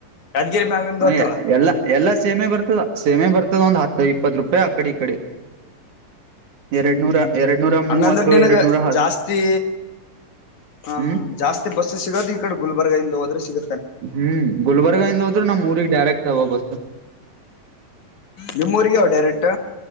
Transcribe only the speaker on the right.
ಅಯ
ಎಲ್ಲಾ ಎಲ್ಲಾ ಸೇಮೆ ಬರ್ತದ ಸೇಮೆ ಬರ್ತದ ಒಂದ್ ಹತ್ತೈ. ಇಪ್ಪತ್ತು ರೂಪಾಯಿ ಅಕಡೆ ಈ ಕಡೆ.
ಎರಡ್
ನೂರ ಎರಡ್ ನೂರ
ಮೂವತ್ತು
ಎರಡ್ ನೂರ ಹ
ಹ್ಮ್
ಹ್ಮ್ ಗುಲ್ಬರ್ಗ ಇಂದ ಹೋದ್ರ ನಮ್ ಊರಿಗ್ ಡೈರೆಕ್ಟ್ ಅವ ಬಸ್ಸ.